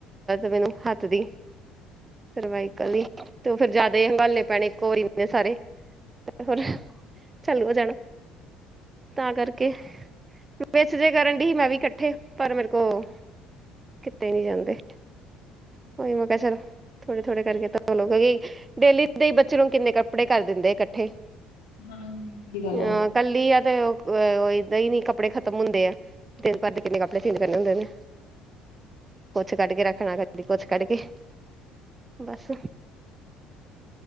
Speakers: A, on the right; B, on the left.
A: ਮੈਨੂੰ ਹੱਥ ਦੀ ਸਰਵਾਈਕਲ ਦੀ ਤੇ ਉਹ ਫਿਰ ਜਿਆਦਾ ਹੀ ਹੰਗਾਲੇ ਪੈਣੇ ਕੋਈ ਸਾਰੇ ਹੋਰ ਚਾਲੂ ਹੋ ਜਾਣਾ ਤਾਂ ਕਰਕੇ ਵਿੱਚ ਜੇ ਕਰਨ ਡ ਸੀ ਮੈਂ ਵੀ ਇਕੱਠੇ ਪਰ ਮੇਰੇ ਕੋਲ ਕਿਤੇ ਨੀ ਜਾਂਦੇ ਹੀ ਮ ਕਿਹਾ ਚੱਲ ਥੋੜੇ-ਥੋੜੇ ਕਰਕੇ ਤਾਂਲ ਡੇਲੀ ਦੇ ਹੀ ਬੱਚੇ ਨੂੰ ਕਿੰਨੇ ਕੱਪੜੇ ਕਰ ਦਿੰਦੇ ਇਕੱਠੇ
B: ਹਾਂਜੀ ਸਹੀ ਗੱਲ
A: ਅ
B: ਹੈ
A: ਕੱਲੀ ਆ ਤੇ ਏਦਾਂ ਹੀ ਨੀ ਕੱਪੜੇ ਖ਼ਤਮ ਹੁੰਦੇ ਆ ਦਿਨ ਭਰ ਦੇ ਕਿੰਨੇ ਕੱਪੜੇ ਪੀਂਦ ਕਰਨੇ ਹੁੰਦੇਨੇ ਕੁੱਛ ਕੱਢ ਕੇ ਰੱਖਣਾ ਦੀ ਕੁਛ ਕਰਕੇ ਬੱਸ